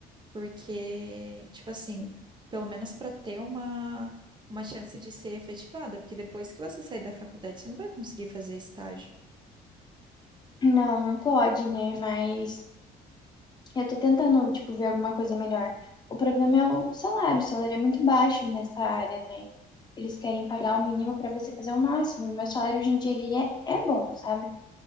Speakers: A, on the right; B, on the left.
A: Porque, tipo assim, pelo menos pra ter uma, uma chance de ser efetivada, porque depois que você sair da faculdade, você não vai conseguir fazer estágio.
B: Não, não pode, né? Mas eu tô tentando, tipo, ver alguma coisa melhor. O problema é o salário, o salário é muito baixo nessa área, né? Eles querem pagar o mínimo pra você fazer o máximo. E meu salário hoje em dia ele é, é bom, sabe?